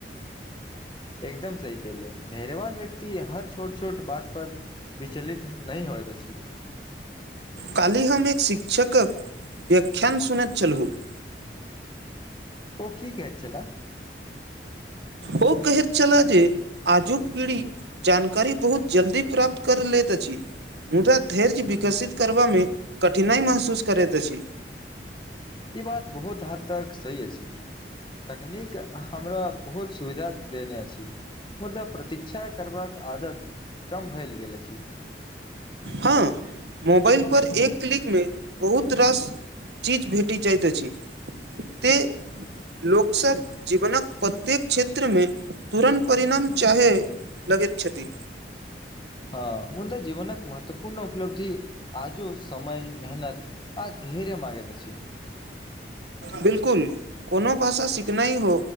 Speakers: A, on the left; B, on the right.
A: एकदम सही कहले धैर्यवान व्यक्ति हर छोट छोट बात पर विचलित नहि होयत अछि
B: काल्हि हम एक शिक्षक व्याख्यान सुनैत छलहुँ <inaudible>
A: ओ की कहैत छला
B: ओ कहैत छलए जे आजुक पीढ़ी जानकारी बहुत जल्दी प्राप्त कर लैत अछि मुदा धैर्य विकसित करबामे कठिनाइ महसूस करैत अछि
A: ई बात बहुत हद तक सही अछि तकनीक हमरा बहुत सुविधा देने अछि मुदा प्रतीक्षा करबाक आदत कम भेल गेल अछि
B: हँ मोबाइल पर एक क्लिक मे बहुत रास चीज भेटी जाइत अछि ते लोक सब जीवनक प्रत्येक क्षेत्र मे तुरन्त परिणाम चाहे लगैत छथि
A: हँ मुदाऽ जीवनक महत्वपूर्ण उपलब्धि आजो समय मेहनत आ धैर्य मांगेैत अछि
B: बिलकुल कोनो भाषा सीखना ही हो